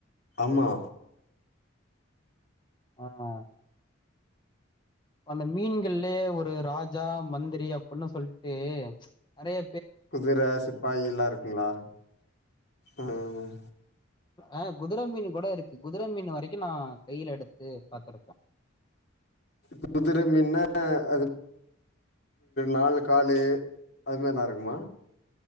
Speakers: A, on the left; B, on the left.
A: ஆமா
B: ஆஹ் அந்த மீன்கள்லே ஒரு ராஜா மந்திரி அப்டுன்னு சொல்டு நெறய
A: குதிர சிப்பாயிலாம் இருக்குங்ளா உம்
B: ஆஹ் குதிர மீனு கூட இருக்கு குதிர மீனு வரைக்கும் நான் கைல எடுத்து பாத்திருக்கேன்
A: குதிர மீனா அது நாலு காளு அது மாரிலா இருக்குமா